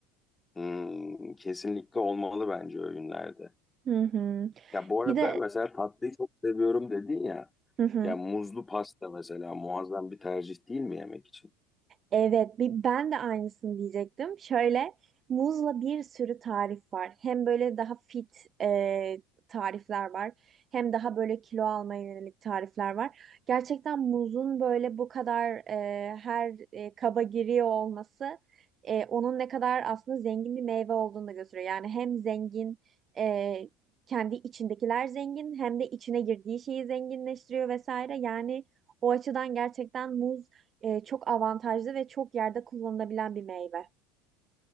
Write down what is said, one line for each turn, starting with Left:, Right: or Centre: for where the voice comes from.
Left: Hmm, kesinlikle olmalı bence öğünlerde.
Right: Hı hı.
Left: Ya bu arada
Right: Bir de
Left: mesela tatlıyı çok seviyorum dedin ya.
Right: hı hı.
Left: Ya muzlu pasta mesela muazzam bir tercih değil mi yemek için?
Right: Evet, bir, ben de aynısını diyecektim. Şöyle muzla bir sürü tarif var. Hem böyle daha fit e, tarifler var. Hem daha böyle kilo almaya yönelik tarifler var. Gerçekten muzun böyle bu kadar e, her e, kaba giriyor olması e, onun ne kadar aslında zengin bir meyve olduğunu da gösteriyor. Yani hem zengin e, kendi içindekiler zengin hem de içine girdiği şeyi zenginleştiriyor vesaire. Yani o açıdan gerçekten muz e, çok avantajlı ve çok yerde kullanılabilen bir meyve.